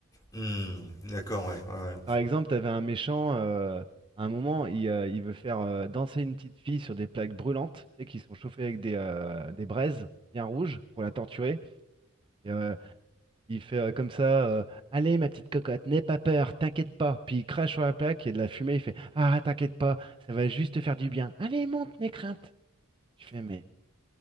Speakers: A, on the left; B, on the right.
A: Hmm, d'accord, ouais, ouais. ouais.
B: Par exemple, t'avais un méchant, euh, à un moment, il, euh, il veut faire euh, danser une petite fille sur des plaques brûlantes, tu sais, qui sont chauffées avec des, euh, des braises bien rouges pour la torturer. Et, euh, il fait euh, comme ça, euh, Allez, ma petite cocotte, n'aie pas peur, t'inquiète pas. Puis il crache sur la plaque, il y a de la fumée, il fait, Ah, t'inquiète pas, ça va juste te faire du bien. Allez, monte, n'aie crainte. Je fais, mais